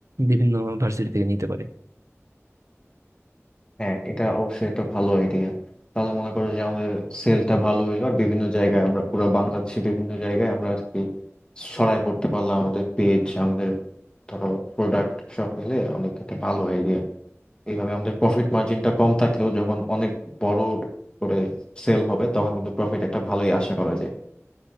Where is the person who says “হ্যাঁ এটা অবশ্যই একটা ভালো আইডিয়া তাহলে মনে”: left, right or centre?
Left